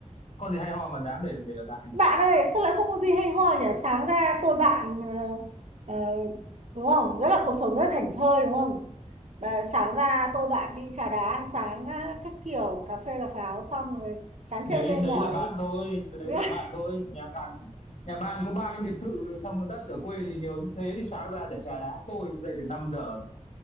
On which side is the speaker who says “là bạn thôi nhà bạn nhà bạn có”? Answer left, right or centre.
Left